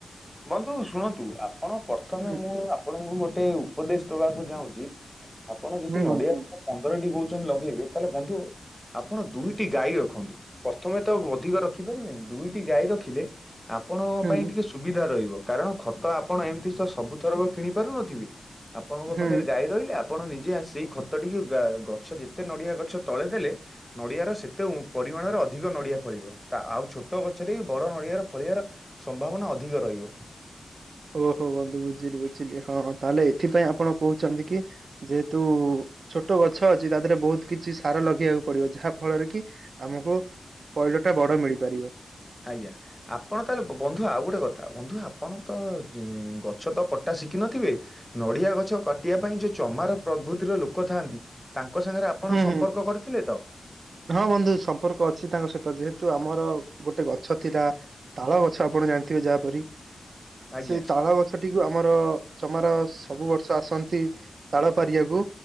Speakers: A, in the centre; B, on the right.
A: ବନ୍ଧୁ ଶୁଣନ୍ତୁ ଆପଣ ବର ପ୍ରଥମେ
B: ହୁଁ
A: ମୁଁ ଆପଣଙ୍କୁ ଗୋଟେ ଉପଦେଶ ଦବାକୁ ଚାହୁଁଚି। ଆପଣ ଯଦି
B: ହୁଁ
A: ନଡିଆ
B: ବନ୍ଧୁ କୁହନ୍ତୁ।
A: ଗଛ ପନ୍ଦରଟି। <unintelligible> ଚନ୍ତି ଲଗେଇବେ ତାହେଲେ ବନ୍ଧୁ ଆପଣ ଦୁଇଟି ଗାଈ ରଖନ୍ତୁ। ପ୍ରଥମେ ତ ଅଧିକ ରଖିପାରିବେନି। ଦୁଇଟି ଗାଈ ରଖିଲେ ଆପଣଙ୍କ
B: ହୁଁ
A: ପାଇଁ ଟିକେ ସୁ ସୁବିଧା ରହିବ। କାରଣ ଖତ ଆପଣ ଏମିତି ତ ସବୁଥରକ କିଣି ପାରୁନଥିବେ ଆପଣଙ୍କ
B: ହୁଁ
A: ପାଖରେ ଗାଈ ରହିଲା ଆପଣ ନିଜେ ଆସି ଖତ ଟିକେ ଗା ଗଛ ଯେତେ ନଡିଆ ଗଛ ତଳେ ଦେଲେ ନଡିଆର ସେତେ ଉ ପରି ପରିମାଣରେ ଅଧିକ ନଡ଼ିଆ ଫଳିବ। ଆଉ ଛୋଟ ଗଛରେ ବି ବଡ଼ ନଡ଼ିଆରେ ଫଳିବାର ସମ୍ଭାବନା ଅଧି ଅଧିକ ରହିବ।
B: ଓହୋ ବନ୍ଧୁ ବୁଝିଲି ବୁଝିଲି ହଁ ହଁ ତାହେଲେ ଏଥିପାଇଁ ଆପଣ କହୁଛନ୍ତି କି ଯେହେତୁ ଛୋଟ ଗଛ ଅଛି ତା ଦେହରେ ବହୁତ କିଛି ସାର ଲଗେଇବାକୁ ପଡିବ ଯାହା ଫଳରେ କି ଆମକୁ ପଇଡ଼ଟା ବଡ ମିଳିପାରିବ।
A: ଆଜ୍ଞା ଆପଣ ତାହେଲେ ବନ୍ଧୁ ଆଉ ଗୋଟେ କଥା ବନ୍ଧୁ ଆପଣ ତ ଗଛ ତ କଟା ଶିଖିନଥିବେ ନଡ଼ିଆ ଗଛ କାଟିବା ପାଇଁ ଯୋଉ ଚମାର ପ୍ରଭୃତିର ଲୋକ ଥାଆନ୍ତି। ତାଙ୍କ ସାଙ୍ଗରେ ଆପଣ
B: ହୁଁ
A: ସମ୍ପର୍କ
B: ହୁଁ
A: କରିଥିଲେ ତ?
B: ହଁ ବନ୍ଧୁ ସମ୍ପର୍କ ଅଛି ତାଙ୍କ ସହିତ ଯେହେତୁ ଆମର ଗୋଟେ ଗଛ ଥିଲା ତାଳ ଗଛ ଆପଣ ଜାଣିଥିବେ ଯାହାପରି।
A: ଆଜ୍ଞା
B: ସେଇ ତାଳ ଗଛଟିକୁ ଆମର ଚମାର ସବୁ ବର୍ଷ ଆସନ୍ତି। ତାଳ ପାରିବାକୁ